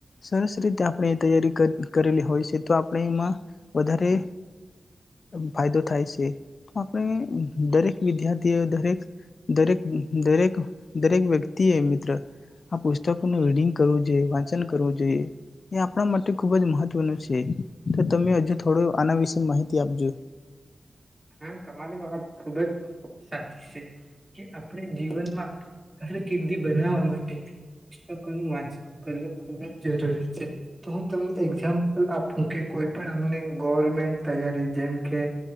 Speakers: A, on the left (about 65°); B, on the right (about 20°).
A: સરસ રીતે આપણે તૈયારી કરેલી હોય છે તો આપણે એમાં વધારે ફાયદો થાય સે તો આપણે દરેક વિદ્યાર્થીઓ દરેક દરેક દરેક દરેક વ્યક્તિએ મિત્ર આ પુસ્તકોનું રીડિંગ કરવું જોઈએ વાચન કરવું જોઈએ એ આપણા માટે ખુબ જ મહત્વનું સે તો તમે હજુ થોડું આના વિશે માહિતી આપજો.
B: હા તમારી વાત ખૂબ જ સાચી સે કે આપણે જીવનમાં કારકિર્દી બનાવવા માટે પુસ્તકોનું વાચન કરવું ખૂબ જ જરૂરી છે તો હું તમને એક્ઝામ્પલ આપું કે કોઈ પણ અમને ગવર્મેન્ટ તૈયારી જેમ કે